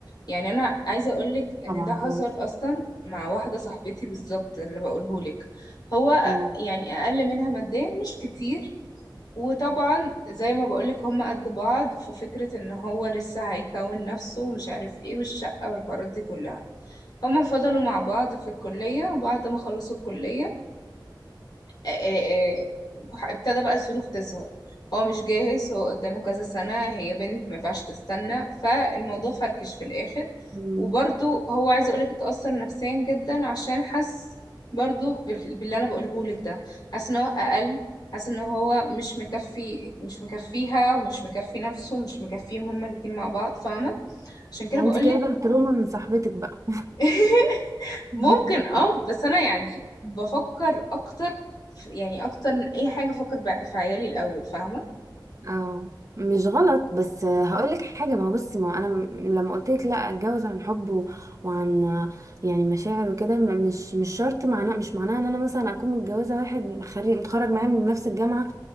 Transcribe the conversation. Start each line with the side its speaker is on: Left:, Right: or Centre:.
Left: يعني انا عايزه اقولك ان
Right: طبعا
Left: ده حصل
Right: اه
Left: اصلا مع واحده صاحبتي بالظبط اللي بقولهولك هو
Right: اه
Left: أ- يعني اقل منها ماديا مش كتير وطبعا زي ما بقولك هما قد بعض ففكره ان هو لسه هيكون نفسه ومش عارف ايه والشقه والحوارات دي كلها هما فضلوا مع بعض في الكليه وبعد ما خلصوا الكليه آه، آه، آه، ابتدى بقى الظروف تظهر هو مش جاهز هو قدامه كذا سنة هي بنت ما ينفعش تستنى فالموضوع فركش في الآخر
Right: مم.
Left: وبرضو هو عايز أقولك اتأثر نفسيا جدا عشان حس برضو بال- باللي أنا بقولهولك ده حاسس إن هو أقل حاسس إن هو مش مكفي مش مكفيها ومش مكفي نفسه ومش مكفيهم هما الاتنين مع بعض فاهمة عشان كده
Right: يعني
Left: بقولك
Right: انت جايبه تروما من صاحبتك بقى
Left: <laughs>
Right: <laughs>
Left: ممكن اه بس انا يعني بفكر اكتر في- يعني اكتر من اي حاجه افكر بع- في عيالي الاول فاهمه
Right: اه مش غلط بس هقول لك حاجه ما هو بصي ما هو انا م- لما قلت لك لا اتجوز عن حب و- وعن يعني مشاعر وكده ما- مش مش شرط معناه مش معناه ان انا مثلا اكون متجوزه واحد خريج متخرج معايا من نفس الجامعه